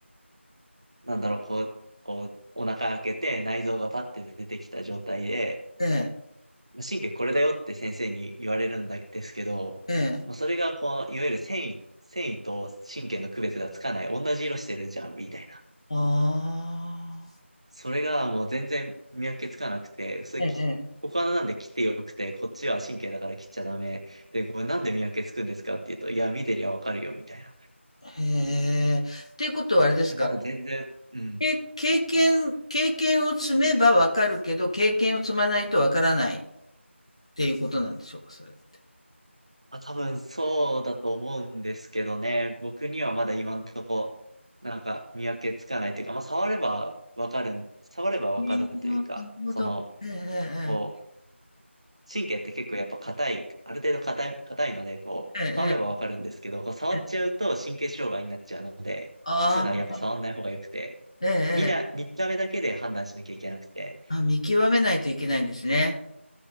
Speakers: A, on the right; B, on the left.
A: なんだろう、こう、こう、お腹開けて内臓がパッて出てきた状態で、
B: ええ、え
A: まあ神経これだよって先生に言われるんですけど、
B: え、
A: まあ、
B: ええ
A: それがこう、いわゆる繊維、繊維と神経の区別がつかない、同じ色してるじゃん、みたいな。
B: ああ、
A: それがもう全然見分けつかなくて、それき、
B: ええ、ええ
A: お花なんで切ってよくて、こっちは神経だから切っちゃダメ。で、これなんで見分けつくんですかって言うと、いや、見てりゃわかるよ、みたいな。い
B: へえ。っていうことはあれですか、
A: や、まだ全然、うん。
B: え経験経験を積めばわかるけど、経験を積まないとわからないっていうことなんでしょうか、それって。
A: まあ、多分そうだと思うんですけどね、僕にはまだ今んとこ、なんか見分けつかないというか、まあ、触ればわかるん、触ればわかるというか、
B: ああ、なるほど。
A: その、
B: え
A: こう、
B: え
A: 神経って結構やっぱ硬い、ある程度硬い、硬いので、こう、
B: ええええ。
A: 触ればわかるんですけど、
B: ええ
A: こう触っちゃうと神経障害になっちゃうので、
B: ええ。ああ、
A: そういうのはやっぱ触んない方が良くて、
B: ええええ。
A: みな、見た目だけで判断しなきゃいけなくて、
B: あ、見極めないといけないんですね。